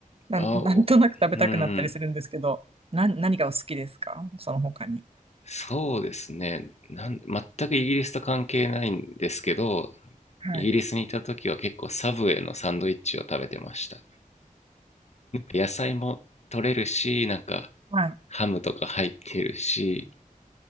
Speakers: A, on the right; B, on the left.
A: なん、
B: あおうんうん
A: <laughs> なんとなく食べたくなったりするんですけど、な、何がお好きですかその他に。
B: そうですねなん全くイギリスと関係ないんですけど
A: はい。
B: イギリスにいた時は結構サブウェイのサンドイッチを食べてました野菜も取れるしなんか
A: はい。
B: ハムとか入ってるし